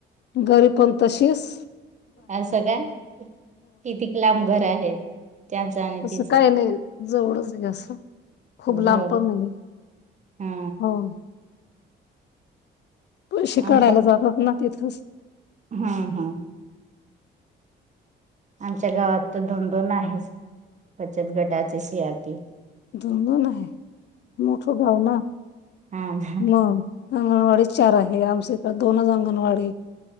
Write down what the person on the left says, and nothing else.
घरी पण तशीस
असं
काय नाही जवळच घर असं खूप
लांब पण नाही.
हो. पैसे
काढायला जातात ना तिथंच
दोन दोन हाय, मोठं गाव ना
मग अंगणवाडी चार आहे. आमच्या इकडे दोनच अंगणवाडी